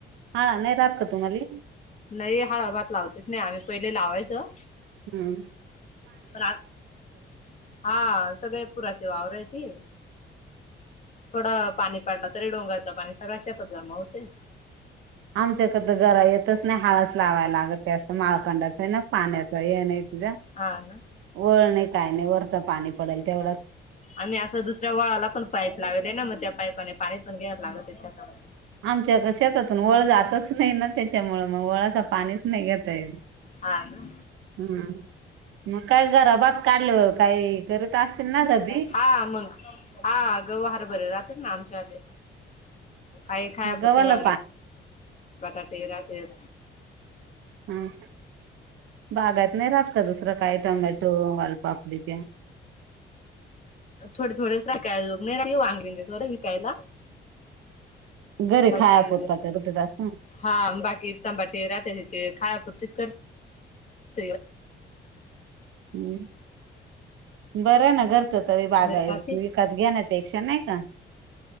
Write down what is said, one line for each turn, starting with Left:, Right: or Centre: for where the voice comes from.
Right: हा नाही राहत का तुम्हाले?
Left: नाही हळभात लावतेच नाही आम्ही पहिले लावायचं
Right: हम्म.
Left: पण आज हा सगळे पुराचे वावरहेती. थोडं पाणी पाडलं तरी डोंगाचं पाणी सगळा शेतात जमा होतय
Right: आमच्याक तर जरा येतच नाही हाळस लावायला लागत असं माळखंडाचं आहे ना पाण्याचं हे नाही तुझ.
Left: हा ना.
Right: वरळ नाही काय नाही वरच पाणी पडेल तेवढंच.
Left: आम्ही असं दुसऱ्या वळाला पण पाईप लावले ना मग त्या पाईपाने पाणी पण घ्यायला लागलं त्या शेतामध्ये.
Right: आमच्या शेतातून वळ जातच नाही ना त्याच्यामुळ मग वळाच पाणीच नाही घेता येल.
Left: हा ना.
Right: हम्. मग काय घराबाात काढल काही करत असतील ना कधी.
Left: हा मग हा गवहार बरे राहते ना आमच्या आले काही खायापुरती
Right: गव्हाला
Left: वांगी. बटाटे असेल.
Right: हम्. बागत नाही राहत का दुसरं काय टोमॅटो वालपापडी प्या.
Left: थोडे थोडेचय ल नाहीग वागे विकायला.
Right: घरे
Left: बाकी
Right: खाया पूरता करतेत अस.
Left: हा बाकी इताांबाट राहते त तेे खायापुरतीच करते. ते
Right: हम्. बरं आहे ना घरचं तरी बागा
Left: राहते
Right: आहे विकत घ्या ना पेक्षा नाही का.